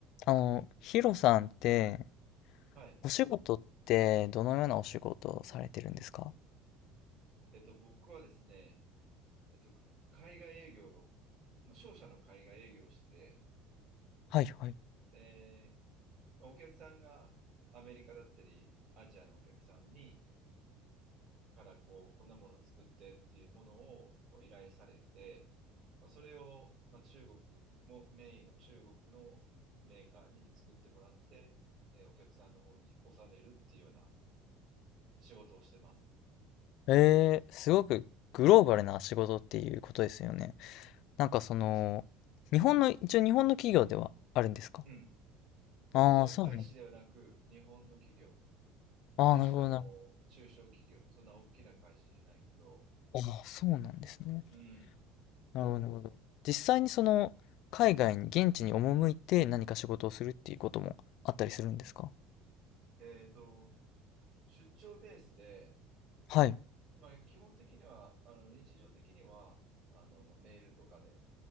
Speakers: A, on the left; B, on the right.
A: あの、ヒロさんって、
B: はい。
A: お仕事ってどのようなお仕事をされてるんですか
B: えっと、僕はですね、えっと、海外営業の、商社の海外営業をして、
A: はいはい。
B: で、まあお客さんがアメリカだったり、アジアのお客さんに、からこう、こんなものを作ってっていうものをこう依頼されて、まあ、それを、まあ、中国も、メインを中国のメーカーに作ってもらって、えーお客さんの方に納めるっていうような仕事をしてます。
A: えー、すごくグローバルな仕事っていうことですよね。なんかその、日本の、一応日本の企業ではあるんですか
B: うん。うん、
A: ああー、
B: そう。
A: そうなの。
B: 外資ではなく、日本の企業。
A: ああ、
B: で、
A: なるほどなる
B: しかも中小企業、そんな大きな会社じゃないけど、
A: ほど。ああ、そうなんですね。
B: うん。
A: なるほど、なるほど。実際にその、海外に、現地に赴いて何か仕事をするっていうこともあったりするんですか
B: えっと、出張ベースで、
A: はい、
B: まあ、基本的には、あの、日常的には、あの、まあ、メールとかで